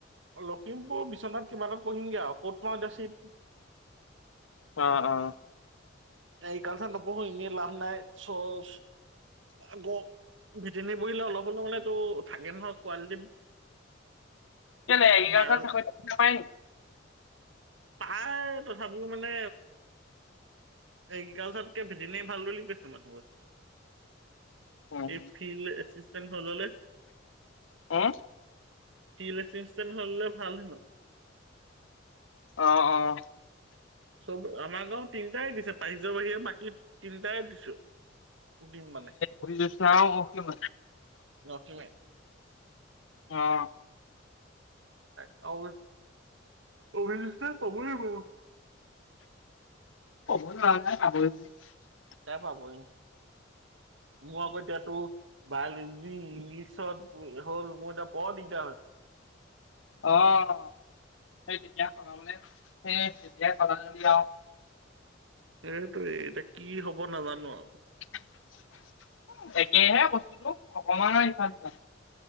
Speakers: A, on the right; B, on the left.
A: লখিমপুৰ বিশ্বনাথ কিবাত পঢ়িমগে আৰু ক'ত পাওঁ এতিয়া চিত <unintelligible>
B: অ অ
A: এই কালচাৰত নপঢ়ো এনেই লাভ নাই চ <unintelligible> আ ভিটনী বহলে অলপ হ'লে হলে তো থাকে নহয় কোৱালিটি <unintelligible> <unintelligible> <inaudible>
B: কেলে এগ্ৰ্যীকালচৰ
A: বাৰ
B: নাপায় নি। <unintelligible>
A: পাই তথাপিও মানে। এগ্ৰিকালচাৰতকেজনে ভাল বুলি কৈছে মানুহ। <unintelligible>
B: উম
A: এই ফিল্ড এচিষ্টেণ্ট হল হলে
B: হ
A: ইট্ৰিকান হলে ভাল হেনো। <unintelligible>
B: অ অ
A: চব আমাৰ গাঁও তিনটাই দিছে পাৰিজৰ বাহিৰে বাকী তিনটাই দিছো। <unintelligible> দিম মানে
B: অভিযোচনাও অ ক'ব
A: নথ
B: আহ
A: চবৰে <unintelligible>
B: ক'ব নোৱাই পাব বুলি <unintelligible>
A: তাই পাবই <unintelligible> মোৰ আকৌ এতিয়াতো বায়লজি ইংলিছত হ'ল মোৰ এতিয়া বৰ দিগদাৰ হলআছে <unintelligible> <inaudible>
B: অহ সেই <unintelligible> তেতিয়া সলাবলে সেই তেতিয়াই সল আৰু
A: সেইটোৱে এতিয়া কি হব নাজানো ন'
B: <unintelligible> একেহে বস্তুটো অকমানৰ ইফাল - সিফাল।